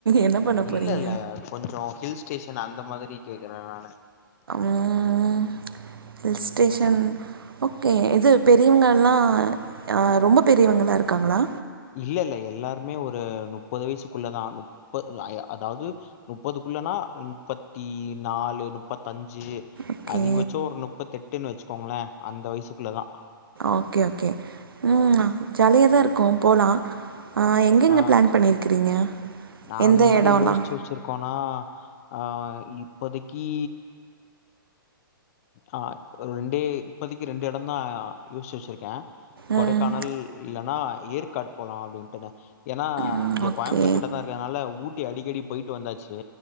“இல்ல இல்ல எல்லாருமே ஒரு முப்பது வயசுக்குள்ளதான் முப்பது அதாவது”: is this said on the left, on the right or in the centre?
Left